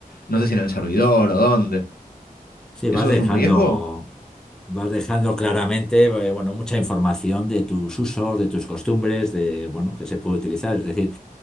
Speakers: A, on the left (about 85°); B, in the centre.
A: no sé si en el servidor o dónde.
B: sí,
A: ¿Eso
B: vas dejando.
A: es un riesgo?
B: Vas dejando claramente, eh, bueno, mucha información de tus usos, de tus costumbres, de, bueno, que se puede utilizar. Es decir,